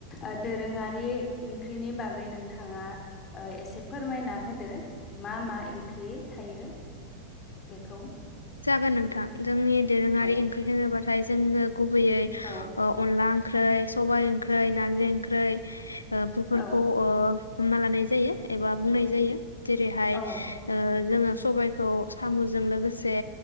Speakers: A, on the left; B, on the left.
A: ओ दोरोङारि ओंख्रिनि बागै नोंथाङा एसे फोरमायना होदो मा मा ओंख्रि थायो बेखौ।
B: जागोन नोंथां जोंनि दोरोङारि
A: औ
B: ओंख्रि होनोब्ला ओमफ्राय जोङो गुबैयै
A: औ
B: ओ अनला ओंख्रै, सबाय ओंख्रै, नारजि ओंख्रै ओ बुरफोरखौ
A: औ
B: ओ हमना लानाय जायो। एबा बुंनाय जायो। जेरैहाय
A: औ
B: ओ जोंङो सबायखौ सामजों लोगोसे